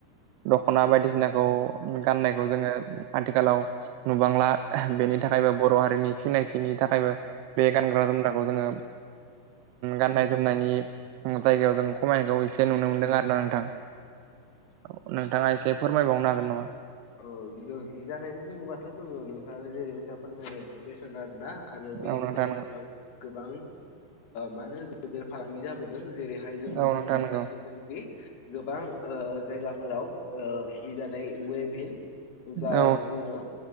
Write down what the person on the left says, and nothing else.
औ
औ जों हि जानाय बुङोबाथ' जोङो नोंथां जेरैबायसा फोरमायनाय इफरमेसन आरो ना आरो बे
हिदिरानो बां गोबां मा होनो गेदेर फालांगि जाबोदों जेरैहाय जों नुनो
मोनबोगासिनो
ददि गोबां जायगाफोराव हि दानाय वेभिन जा
बुङो